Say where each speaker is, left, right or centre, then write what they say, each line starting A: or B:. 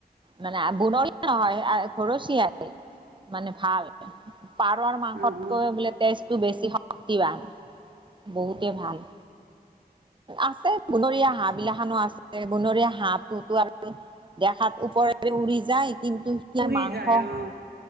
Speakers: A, on the right (about 30°); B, on the right (about 70°).
A: মানে
B: অঁ
A: বনৰিয়া নহয় আৰু ঘৰচীয়া মানে ভাল। পাৰৰ মাংসকৈ
B: অঁ অঁ
A: বোলে তেজটো বেছি শক্তিৱান বহুতে
B: অঁ
A: ভাল। আছে বনৰীয়া হাঁহ বিলাকানো আছে বনৰীয়া হাঁহ টোতো আৰু- দেখাত ওপৰেৰে উৰি যায় কিন্তু সেয়া
B: উৰি
A: মাংস-
B: যায় অঁ